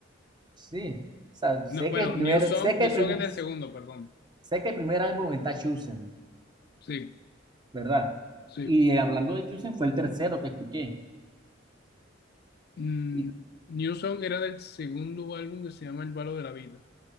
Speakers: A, on the right (about 25°); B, on the left (about 55°).
A: Sí, o sea, sé
B: No, bueno,
A: que el primer,
B: New Song,
A: sé que
B: New
A: el
B: Song
A: prim-
B: es del segundo, perdón.
A: sé que el primer álbum está Chosen,
B: Sí,
A: ¿verdad?
B: sí.
A: Y hablando de Chosen fue el tercero que escuché.
B: Mm,
A: Y,
B: New Song era del segundo álbum que se llama El Balo de la Vida.